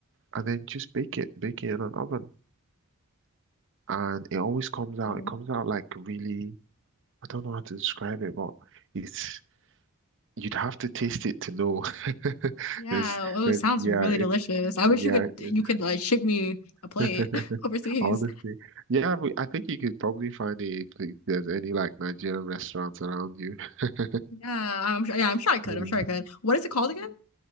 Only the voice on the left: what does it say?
Mhm.
Yeah,
oh,
it sounds
really
delicious. I
wish you could
you could like ship me a plate
<laughs> overseas.
Yeah, I'm sure. Yeah, I'm sure I could.
I'm sure I could. What is it called again?